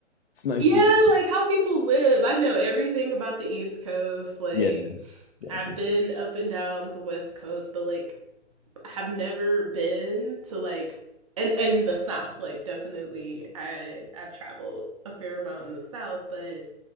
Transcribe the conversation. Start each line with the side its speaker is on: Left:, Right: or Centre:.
Left: it's nice
Right: Yeah,
Left: to see.
Right: like how people live. I know everything about the East Coast. Like
Left: Yeah, yeah, exactly.
Right: I've been up and down the West Coast, but like have never been to like and and the South. Like definitely, I I've traveled a fair amount in the South, but